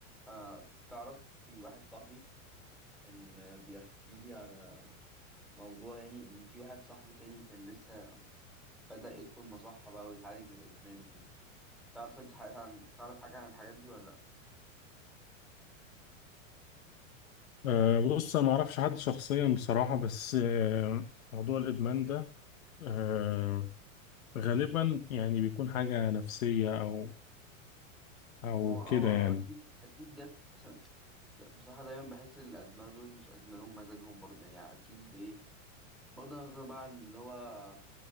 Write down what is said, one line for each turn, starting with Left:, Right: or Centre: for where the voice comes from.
Centre: آه تعرف في واحد صاحبي كان آه، بيحكي لي على موضوع يعني إن في واحد صاحبه تاني كان لسه بدأ يدخل مصحة بقى ويتعالج من إدمان وكده تعرف أنت حاجات عن تعرف حاجة عن الحاجات دي ولا لأ؟
Left: أه بص أنا معرفش حد شخصيا بصراحة بس أه موضوع الإدمان ده أه غالبا يعني بيكون حاجة نفسية أو أو
Centre: ما هو آه
Left: كده يعني
Centre: أكيد أكيد جت بس- بصراحة دايما بحس إن اللي أدمنوا دول مش أدمنوا بمزاجهم برضو يعني أكيد إيه بغض النظر بقى عن اللي هو